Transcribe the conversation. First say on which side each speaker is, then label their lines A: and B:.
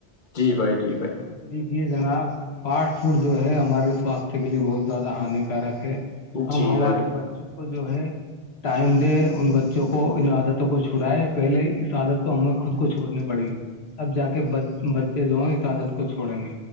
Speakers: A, on the left; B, on the left.
A: جی بھائی جی بھائی
B: دیکھیے جناب فاسٹ فوڈ جو ہے ہمارے سواستھ کے لیے بہت زیادہ ہانیکارک ہے
A: جی
B: ہم ہمارے
A: بھائی
B: بچوں کو کو جو ہے ٹائم دے ان بچوں کو ان عادتوں کو چھڑائے پہلے اس عادت کو ہمیں خود کو چھوڑنی پڑے گی اب جا کے بچے جو ہیں اس عادت کو چھوڑیں گے